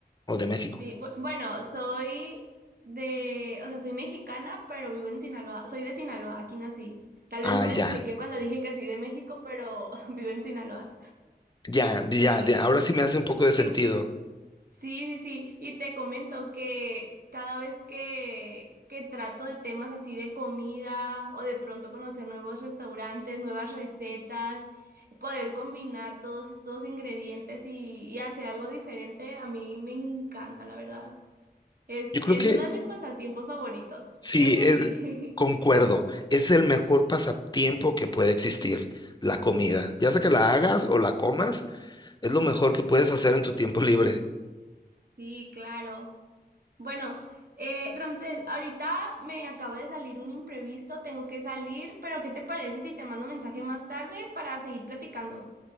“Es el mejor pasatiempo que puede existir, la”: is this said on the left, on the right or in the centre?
Left